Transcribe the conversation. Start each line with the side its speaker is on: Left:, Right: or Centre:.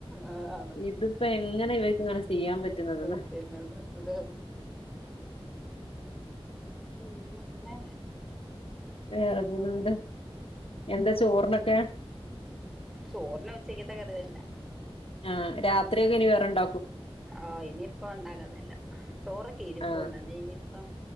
Centre: അതാണ്
Left: ഇതിപ്പോ എങ്ങനെ ഇവ <unintelligible> ചെയ്യാൻ പറ്റുന്നതെന്ന്.
Centre: പറ്റുന്നത് അത് പിന്നെ
Left: വേറെ പിന്നെന്ത് എന്താ ചോറിനൊക്കെ?
Centre: ചോറിന് ഉച്ചക്കത്തെ കറി തന്നെ.
Left: ആഹ രാത്രിയൊക്കെ ഇനി വേറെണ്ട
Centre: ആഹ ഇനിയിപ്പ ഉണ്ടാകുന്നില്ല. ചോറൊക്കെ ഇരിപ്പുണ്ടെന്നെ
Left: ആഹ്
Centre: ഇനിയിപ്പം.